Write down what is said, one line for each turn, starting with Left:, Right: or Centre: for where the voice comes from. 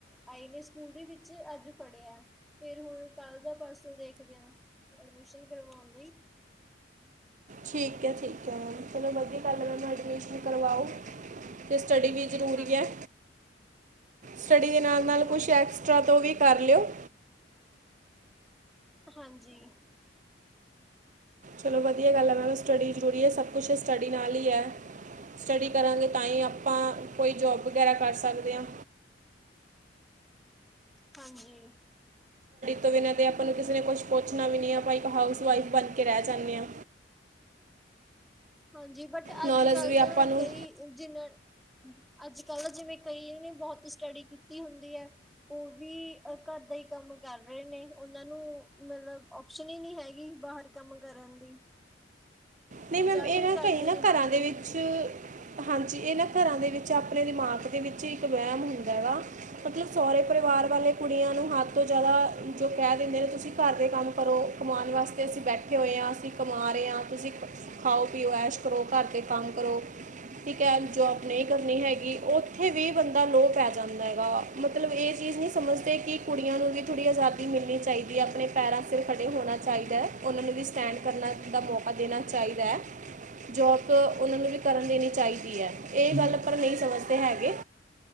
Centre: ਆਏ ਨੇ ਸਕੂਲ ਦੇ ਵਿੱਚ ਅੱਜ ਫੜਿਆ ਫਿਰ ਹੁਣ ਕਾਲਜਾਂ ਪਾਸੋਂ ਦੇਖਦਿਆਂ ਐਡਮਿਸ਼ਨ ਕਰਵਾਉਣ ਲਈ।
Right: ਠੀਕ ਹੈ ਠੀਕ ਹੈ ਮੈ ਚਲੋ ਵਗੇ। ਪਲ ਮ ਐਡਮਿਸ਼ਨ ਕਰਵਾਓ। ਤੇ ਸਟੱਡੀ ਵੀ ਜ਼ਰੂਰੀ
Centre: ਹਾਂਜੀ
Right: ਹੈ। ਸਟੱਡੀ ਦੇ ਨਾਲ
Centre: ਹਾਂਜੀ
Right: ਨਾਲ ਕੁਛ
Centre: ਹਾਂਜੀ
Right: ਐਕਸਟਰਾ ਤੋਂ ਵੀ ਪਰ ਲਓ
Centre: ਹਾਂਜੀ।
Right: ਚਲੋ ਵਧੀਆ ਗੱਲ ਹੈ ਮਨ ਸਟੱਡੀ ਜ਼ਰੂਰੀ ਹੈ ਸਭ ਕੁਛ ਸਟੱਡੀ ਨਾਲ ਹੀ ਹੈ। ਸਟੱਡੀ ਕਰਾਂਗੇ ਤਾਂ ਹੀ ਆਪਾਂ ਕੋਈ ਜੋਬ ਵਗੈਰਾ ਕਰ ਸਕਦੇ ਹਾਂ।
Centre: ਹਾਂਜੀ।
Right: ਤੋਂ ਬਿਨਾਂ ਆਪਾਂ ਨੂੰ ਕਿਸੇ ਨੇ ਕੁਛ ਸੋਚਣਾ ਵੀ ਨਹੀਂ ਹੈ ਆਪਾਂ ਇੱਕ ਹਾਊਸ ਵਾਈਫ ਬਣ ਕੇ ਰਹਿ ਜਾਂਦੇ ਹਾਂ।
Centre: ਹਾਂਜੀ ਬਟ ਅੱਜ
Right: ਨੌਲੇਜ
Centre: ਕੱਲ੍ਹ
Right: ਵੀ ਆਪਾਂ
Centre: ਤਾਂ
Right: ਨੂੰ
Centre: ਕਈ ਜਿਨਾਂ ਅੱਜ ਕਲ ਜਿਵੇਂ ਕਈਆ ਨੇ ਬਹੁਤ ਸਟੱਡੀ ਕੀਤੀ ਹੁੰਦੀ ਹੈ ਉਹ ਵੀ ਘਰ ਦਾ ਹੀ ਕੰਮ ਕਰ ਰਹੇ ਨੇ ਉਹਨਾ ਨੂੰ ਮਤਲਬ ਓਪਸ਼ਨ ਹੀ ਨੀ ਹੈਗੀ ਬਾਹਰ ਕੰਮ ਕਰਨ ਦੀ
Right: ਨਹੀਂ ਮੈਮ
Centre: ਜਾਂ
Right: ਇਹ
Centre: ਫਿਰ
Right: ਨਾ
Centre: ਕਰਦੇ
Right: ਕਈ ਨਾ
Centre: ਨੀ ਮੰਨਦੇ।
Right: ਘਰਾਂ ਦੇ ਵਿੱਚ ਹਾਂਜੀ ਇਹ ਨਾ ਘਰਾਂ ਦੇ ਵਿੱਚ ਆਪਣੇ ਦਿਮਾਗ ਦੇ ਵਿੱਚ ਇੱਕ ਵਹਿਮ ਹੁੰਦਾ ਵਾ ਮਤਲਬ ਸਹੁਰੇ ਪਰਿਵਾਰ ਵਾਲੇ ਕੁੜੀਆਂ ਨੂੰ ਹੱਦ ਤੋਂ ਜ਼ਿਆਦਾ ਜੋ ਕਹਿ ਦਿੰਦੇ ਨੇ ਤੁਸੀਂ ਘਰ ਦੇ ਕੰਮ ਕਰੋ ਕਮਾਉਣ ਵਾਸਤੇ ਅਸੀਂ ਬੈਠੇ ਹੋਏ ਹਾਂ ਅਸੀਂ ਕਮਾ ਰਹੇ ਹਾਂ ਤੁਸੀਂ ਖਾਓ ਪੀਓ ਐਸ਼ ਕਰੋ ਘਰ ਦੇ ਕੰਮ ਕਰੋ ਠੀਕ ਹੈ ਜੋਬ ਨਹੀਂ ਕਰਨੀ ਹੈਗੀ ਉੱਥੇ ਵੀ ਬੰਦਾ ਲੋਅ ਪੈ ਜਾਂਦਾ ਐਗਾ ਮਤਲਬ ਇਹ ਚੀਜ਼ ਨਹੀਂ ਸਮਝਦੇ ਕਿ ਕੁੜੀਆਂ ਨੂੰ ਵੀ ਥੋੜ੍ਹੀ ਆਜ਼ਾਦੀ ਮਿਲਣੀ ਚਾਹੀਦੀ ਏ ਆਪਣੇ ਪੈਰਾਂ ਸਿਰ ਖੜੇ ਹੋਣਾ ਚਾਹੀਦਾ ਉਹਨਾਂ ਨੂੰ ਵੀ ਸਟੈਂਡ ਕਰਨਾ ਦਾ ਮੌਕਾ ਦੇਣਾ ਚਾਹੀਦਾ ਹੈ ਜੋਬ ਉਹਨਾਂ ਨੂੰ ਵੀ ਕਰਨ ਦੇਣੀ ਚਾਹੀਦੀ ਹੈ ਇਹ ਗੱਲ ਪਰ ਨਹੀਂ ਸਮਝਦੇ ਹੈਗੇ